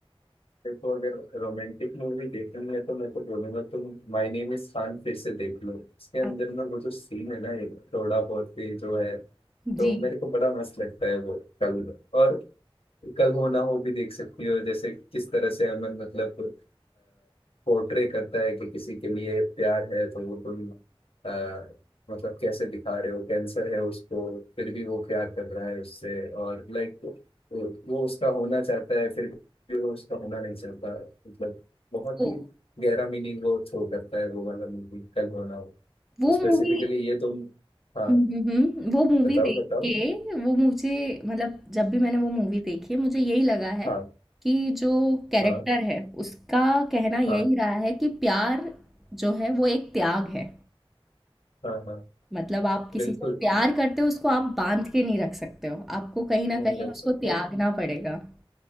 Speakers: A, on the left (about 75°); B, in the centre.
A: देखो अगर रोमांटिक मूवी देखनी है तो मैं तो बोलूंगा तुम माय नेम इज खान फिर से देख लो उसके अंदर
B: अ,
A: में वो जो सीन है ना ये थोड़ा बहुत भी जो है तो
B: जी
A: मेरे को बड़ा मस्त लगता है वो कल और कल हो ना हो भी देख सकती हो जैसे किस तरह से अमन मतलब पोर्ट्रे करता है कि किसी के लिए प्यार है तो वो तुम आ, मतलब कैसे दिखा रहे हो कैंसर है उसको फिर भी वो प्यार कर रहा है उससे और लाइक वो वो उसका होना चाहता है फिर भी वो उसका होना नहीं चाहता मतलब बहुत
B: वो
A: ही गहरा मीनिंग वो थ्रो करता है वो वाला मूवी कल हो ना हो
B: वो
A: तो स्पेसिफिकली
B: मूवी
A: ये तुम हाँ
B: हम्म हम्म, हम्म, वो मूवी
A: बताओ
B: देख
A: बताओ
B: के वो मुझे मतलब जब भी मैंने वो मूवी देखी है मुझे यही लगा है
A: हाँ
B: कि जो कैरेक्टर
A: हाँ
B: है उसका कहना
A: हाँ
B: यही रहा है कि प्यार जो है वो एक त्याग है
A: हाँ हाँ
B: मतलब आप किसी
A: बिल्कुल
B: से प्यार करते हो उसको आप बांध के नहीं रख सकते हो आपको कहीं ना
A: नहीं
B: कहीं
A: रख
B: उसको
A: सकते
B: त्यागना पड़ेगा